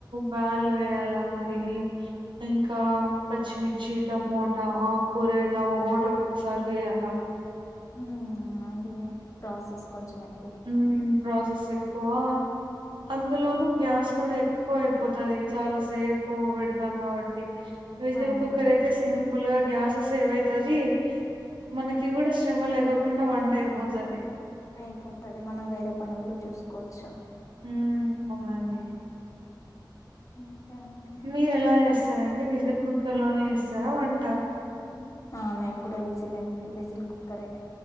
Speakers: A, on the right (about 85°); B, on the left (about 40°).
A: బాల్ పోయాల మరి ఇంకా పచ్చిమిర్చి టమాట ఆకు కూర ఇలా ఒకట సర్వే అలా
B: ఉం అది ప్రాసెస్ కొంచమే
A: ఉం ప్రాసెస్ ఎక్కువ అందులోనూ గ్యాస్ కూడా ఎక్కువ అయిపోతది చాలా సేపు పెడతాం కాబట్టి విజిల్
B: అవును
A: కుక్కర్ అయితే సింపుల్ గా గ్యాస్ సేవ్ అయితుది మనకి కూడా శ్రమ లేకో కుండా వంట అయిపోతుది
B: అయిపోతది మనం వేరే పని కూడా చూసుకోవచ్చు
A: ఉమ్ అవునండి
B: ఓకే ఓకే
A: మీరు ఎలా చేస్తారండి విడిజిల్ కుక్కర్ లోనే చేస్తారా వంట
B: ఆ మేము కూడా విజిలే అండి విజిల్ కుక్కరే